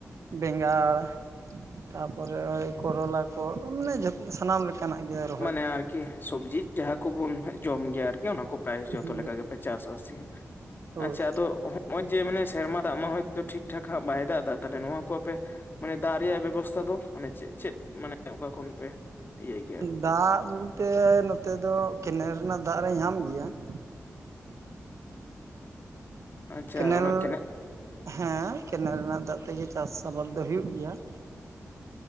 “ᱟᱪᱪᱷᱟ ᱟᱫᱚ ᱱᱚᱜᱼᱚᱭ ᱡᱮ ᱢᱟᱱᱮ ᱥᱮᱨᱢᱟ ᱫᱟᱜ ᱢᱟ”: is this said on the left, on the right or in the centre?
Left